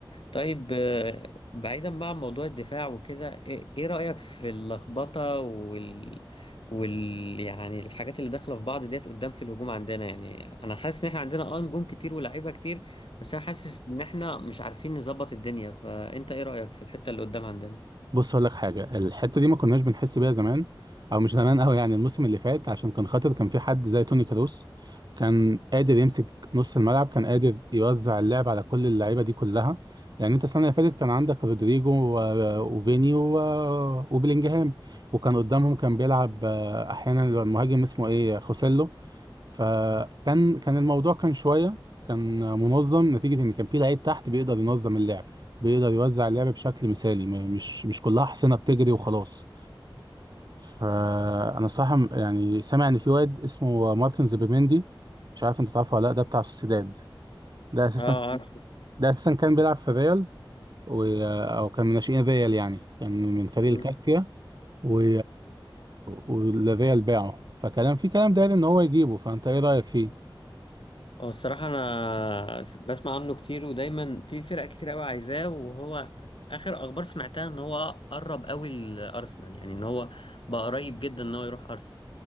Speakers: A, on the left; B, on the right.
A: طيب آه، بعيدا بقى عن موضوع الدفاع وكده ايه إيه رأيك في اللخبطة وال... وال يعني الحاجات اللي داخلة في بعض ديت قدام في الهجوم عندنا يعني انا حاسس ان احنا عندنا اه نجوم كتير ولاعيبة كتير بس انا حاسس ان احنا مش عارفين نظبط الدنيا فانت ايه رأيك في الحتة اللي قدام عندنا؟
B: بص اقول لك حاجه الحته دي ما كناش بنحس بيها زمان او مش زمان قوي يعني الموسم اللي فات عشان كان خاطر كان في حد زي توني كروس كان قادر يمسك نص الملعب كان قادر يوزع اللعب على كل اللعيبه دي كلها يعني انت السنه اللي فاتت كان عندك رودريجو و- وفيني و... وبلينجهام وكان قدامهم كان بيلعب آه، احيانا المهاجم اسمه ايه خوسيلو فكان كان الموضوع كان شويه كان منظم نتيجه ان كان في لعيب تحت بيقدر ينظم اللعب بيقدر يوزع اللعب بشكل مثالي ما- مش مش كلها حصينة بتجري وخلاص فأنا صراحة م- يعني سامع إن في واد اسمه مارتن زوبيميندي مش عارف أنت تعرفه ولا لأ ده بتاع سوسيداد ده أساسا
A: اه
B: ده أساسا كان بيلعب في ريال و... أو كان من ناشئين ريال يعني كان من فريق الكاستيا
A: عارف
B: و... والريال باعه فكلام في كلام داير إن هو يجيبه فأنت إيه رأيك فيه؟
A: هو الصراحة أنا س- بسمع عنه كتير ودايما في فرق كتير أوي عايزاه وهو آخر أخبار سمعتها إن هو قرب أوي لأرسنال يعني إن هو بقى قريب جدا إن هو يروح أرسنال